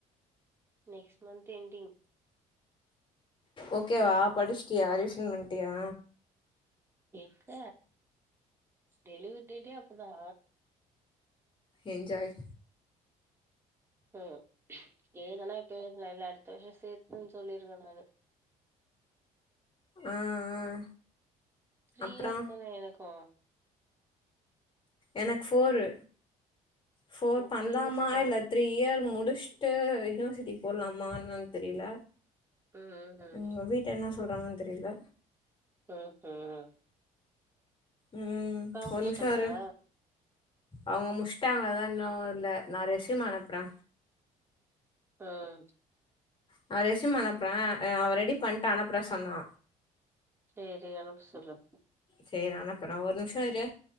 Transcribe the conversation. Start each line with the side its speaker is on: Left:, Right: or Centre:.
Right: நெக்ஸ்ட் மந்த் என்டிங்
Left: ஓகேவா படிச்சிட்டியா ரிவிஷன் பண்ணிட்டியா
Right: எக்க டெலிவரி டேட்டே அப்போதா
Left: எஞ்ஜாய்
Right: ம் எழுதனா இப்போ எழுதலா இல்ல அடுத்த வர்ஷோ சேத்துன்னு சொல்லிர்வே நானு
Left: ஆ ஆ
Right: த்ரீ
Left: அப்றோ
Right: இயர்ஸ் தான எனக்கு
Left: எனக்கு ஃபோரு ஃபோர் பண்லாமா
Right: த்ரீ இயர்ஸ் தான்
Left: இல்ல த்ரீ இயர் முடிசுட்டு யூனிவர்சிட்டி போட்லாமான்னு என்னான்னு தெரியல
Right: ம் ம்
Left: எங்க வீட்டுல என்ன சொல்றாங்கன்னு தெரியல
Right: ம்ஹீம்
Left: ம். ஒரு
Right: முடிச்சிட்டாங்களா
Left: நிம்ஷோ இரு அவங்க முட்ஸ் விட்டாங்களா இன்னு இல்ல நா ரெஸ்யும் அனுப்புறே.
Right: ம்
Left: நா ரெஸ்யும் அனுப்புறே அவ ரெடி பண்ணிட்டா அனுப்றே சொன்னா
Right: சேரி அனுப் சொலறே
Left: சேரி அனுப்புறே ஒரு நிமிஷோ இரு